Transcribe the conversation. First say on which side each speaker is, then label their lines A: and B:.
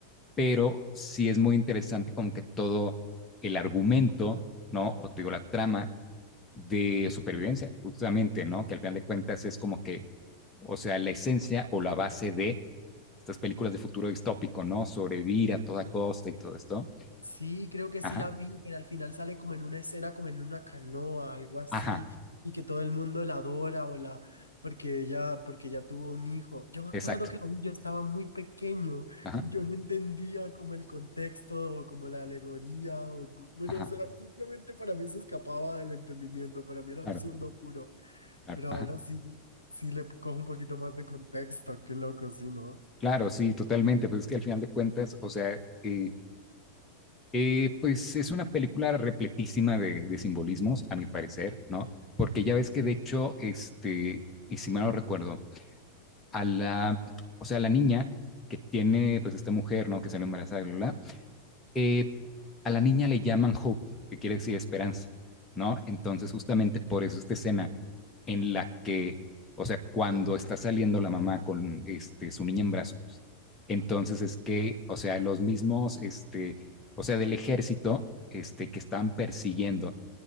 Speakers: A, on the left; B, on the left.
A: pero sí es muy interesante como que todo el argumento, ¿no? O te digo, la trama de supervivencia, justamente, ¿no? Que al final de cuentas es como que, o sea, la esencia o la base de estas películas de futuro distópico, ¿no? Sobrevivir a toda costa y todo esto.
B: Sí, creo que
A: Ajá,
B: sí la vi, que al final sale como en una escena, como en una canoa, algo así,
A: ajá,
B: y que todo el mundo la adora o la, porque ella, porque ella tuvo un hijo. Yo me acuerdo
A: exacto.
B: que la vi, yo estaba muy pequeño,
A: Ajá,
B: y yo no entendía como el contexto o como la alegoría, o, cu- bueno,
A: ajá,
B: o sea, simplemente para mí se escapaba del entendimiento, para mí era
A: claro,
B: absurdo puro,
A: claro,
B: pero
A: ajá.
B: ahora sí, sí le cojo un poquito más de contexto, qué loco, sí, ¿no?
A: Claro, sí, totalmente. Pues es que al final de cuentas, o sea, eh, Eh, pues es una película repletísima de, de simbolismos, a mi parecer, ¿no? Porque ya ves que de hecho, este, y si mal no recuerdo, a la, o sea, a la niña que tiene, pues esta mujer, ¿no? Que sale embarazada, bla, bla, bla, eh, a la niña le llaman Hope, que quiere decir esperanza, ¿no? Entonces, justamente por eso esta escena en la que, o sea, cuando está saliendo la mamá con este, su niña en brazos, entonces es que, o sea, los mismos, este, o sea, del ejército, este, que están persiguiendo,